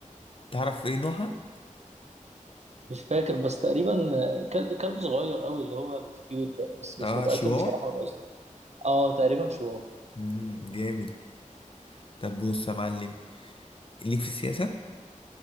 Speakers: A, on the left (about 40°); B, on the right (about 55°).
A: تعرف ايه نوعها
B: مش فاكر بس تقريبا كل... كلب صغير قوي اللي هو الكيوت ده بس مش
A: اه
B: متاكد
A: شيواوا
B: بصراحه من اسمه اه تقريبا شواو
A: امم جامد طب بص يا معلم ليك في السياسة